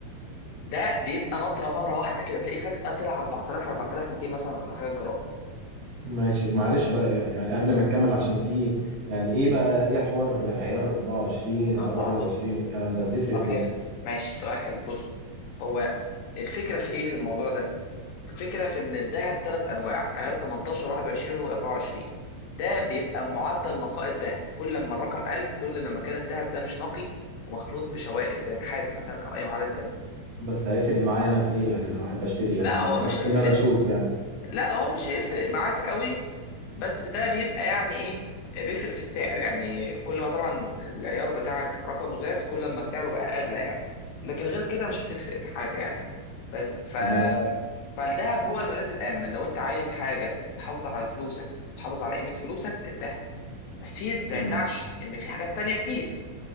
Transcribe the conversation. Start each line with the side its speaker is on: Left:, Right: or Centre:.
Left: ده بيبقى نطره مره واحده كده تلاقيه فجاه طلع 4000 4200 مثلا ولا حاجه جرام
Right: ماشي معلش بقى يعني قبل ما تكمل عشان في يعني ايه بقى ايه حوار عيار 24 عيار
Left: اه
Right: 21
Left: اه
Right: والكلام ده بتفرق
Left: طب
Right: في
Left: حلو
Right: ايه
Left: ماشي سؤال حلو بص هو الفكره في ايه في الموضوع ده الفكره في ان الذهب ثلاث انواع عيار 18 21 و24 ده بيبقى معدل نقاء الذهب كل لما الرقم قل كل لما كان الذهب ده مش نقي ومخلوط بشوائب زي نحاس مثلا او اي معدن تاني
Right: بس هيفرق معايا انا في ايه يعني انا واحد بشتري يعني
Left: لا هو
Right: ما اعتقدش
Left: مش هيفرق
Right: ان انا اشوف يعني
Left: لا هو مش هيفرق معاك قوي بس ده بيبقى يعني ايه بيفرق في السعر يعني كل ما طبعا العيار بتاعك رقمه زاد كل ما سعره بقى اغلى يعني لكن غير كده مش هتفرق في حاجه يعني بس ف
Right: تمام
Left: فالذهب هو الملاذ الامن لو انت عايز حاجه تحافظ على فلوسك تحافظ على قيمه فلوسك الذهب بس في
Right: تمام
Left: ما يمنعش ان في حاجات تانية كتير